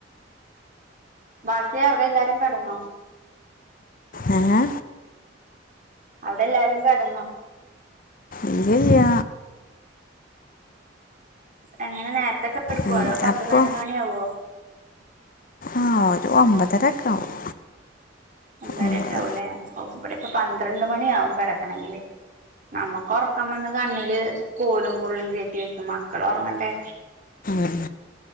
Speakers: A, on the right; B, on the left.
A: ബാഷയ അവിടെ എല്ലാരും കടന്നോ
B: ആ
A: ഔടെ എല്ലാരും കടന്നൊ
B: ഇല്യ
A: എങ്ങനെ നേരത്തെൊക്കെ എടുക്കുവ
B: ഉം,
A: അതോ പത്ത്
B: അപ്പോൾ
A: പതിനൊന്ന് മണിയാവോ
B: ആ ഒരു ഒമ്പതരക്കെ ആവും
A: ഒമ്പരൊക്കെ
B: ഒമ്പത്
A: ആവുല്ലേ ഔ ഇവിടെക്കെ പന്ത്രണ്ട് മണിയാവും കെടക്കണെങ്കില് നമ്മുക്ക് ഉറക്കം വന്ന് കണ്ണില് കോലും കൊള്ളും കേറ്റി വെക്കുമ മക്കളോറങ്ങണ്ടേ
B: ഉം.